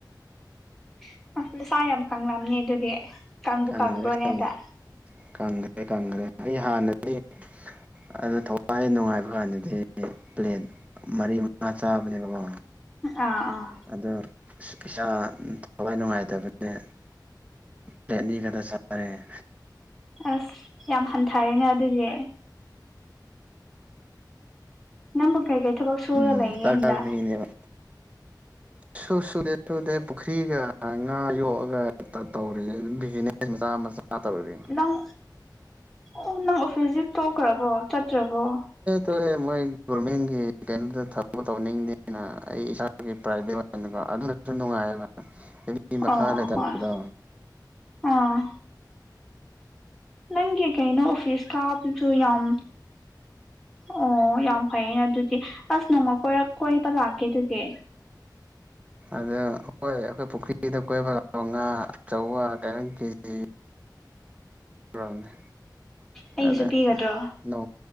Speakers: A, in the centre; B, on the right (about 20°).
A: <unintelligible> ꯅꯁꯥ ꯌꯥꯝ ꯀꯪꯂꯝꯅꯤ ꯑꯗꯨꯗꯤ ꯀꯪꯕꯨ
B: ꯀꯪ꯭ꯒꯔꯦ
A: ꯀꯪꯕ꯭ꯔꯣꯅꯦ
B: ꯀꯪ
A: ꯍꯟꯗꯛ
B: ꯀꯪ꯭ꯒꯔꯦ ꯀꯪ꯭ꯒꯔꯦ ꯑꯩ ꯍꯥꯟꯅꯗꯤ ꯑꯗꯣ ꯊꯋꯥꯏ ꯅꯨꯡꯉꯥꯏꯕ ꯀꯥꯟꯗꯗꯤ ꯄ꯭ꯂꯦꯠ ꯃꯔꯤ ꯃꯉꯥ ꯆꯥꯕꯅꯦꯕꯀꯣ
A: ꯑꯥ ꯑꯥ
B: ꯑꯗ ꯏꯁꯥ ꯄꯩꯁꯥ ꯊꯋꯥꯏ ꯅꯨꯡꯉꯥꯏꯇꯕꯅꯦ ꯔꯦꯠꯅꯤꯒꯗ ꯆꯔꯦ
A: ꯑꯁ ꯌꯥꯝ ꯍꯟꯊꯔꯦꯅꯥ ꯑꯗꯨꯗꯤ ꯅꯝꯕꯨ ꯀꯩ ꯀꯩ ꯊꯥꯕꯛ ꯁꯨꯔ
B: ꯎꯝ
A: ꯂꯩꯒꯦ
B: ꯆꯥꯛ
A: ꯍꯥꯟꯗꯛ
B: ꯆꯥꯕ ꯃꯤꯅꯦꯕ ꯁꯨ ꯁꯨꯗꯦ ꯁꯨꯗꯦ ꯄꯨꯈ꯭ꯔꯤꯒ ꯉꯥ ꯌꯣꯛꯑꯒ ꯇꯧꯔꯤ ꯕꯤꯅꯦ ꯃꯆꯥ ꯃꯆꯥ ꯇꯧꯔꯤ
A: ꯅꯪ ꯑꯣ ꯅꯪ ꯑꯣꯐꯤꯁꯁꯤꯦ ꯇꯈ꯭ꯔꯕꯣ ꯆꯠꯇ꯭ꯔꯕꯣ
B: ꯇꯑꯦ ꯃꯣꯏ ꯒꯣꯔꯃꯦꯟꯒꯤ ꯀꯩꯅꯣꯗ ꯊꯕꯛ ꯇꯧꯅꯤꯡꯗꯦꯅ ꯑꯩ ꯏꯁꯥꯒꯤ ꯄ꯭ꯔꯥꯏꯚꯦꯠ ꯑꯣꯏꯅ ꯑꯣꯏꯅꯀꯣ ꯑꯗꯨꯗꯁꯨ ꯅꯨꯡꯉꯥꯏꯌꯦꯕ ꯃꯈꯥ
A: ꯑꯣ
B: ꯂꯩꯇꯕꯗ
A: ꯍꯣꯏ ꯑꯥ ꯅꯪꯒꯤ ꯀꯩꯅꯣ ꯑꯣꯐꯤꯁ ꯀꯕꯗꯨ ꯌꯥꯝ ꯑꯣ ꯌꯥꯝ ꯐꯩꯌꯦꯅ ꯑꯗꯨꯗꯤ ꯑꯁ ꯅꯣꯡꯃ ꯀꯣꯏꯔꯛ ꯀꯣꯏꯕ ꯂꯥꯛꯀꯦ ꯑꯗꯨꯗꯤ
B: ꯑꯗꯨ ꯍꯣꯏ ꯑꯩꯈꯣꯏ ꯄꯨꯈ꯭ꯔꯤꯗ ꯀꯣꯏꯕ ꯂꯥꯛꯑꯣ ꯉꯥ ꯑꯆꯥꯎꯕ <unintelligible> ꯀꯦꯖꯤ <unintelligible>
A: ꯑꯩꯒꯤꯁꯨ
B: ꯑꯗ
A: ꯄꯤꯒꯗ꯭ꯔꯣ
B: ꯅꯣ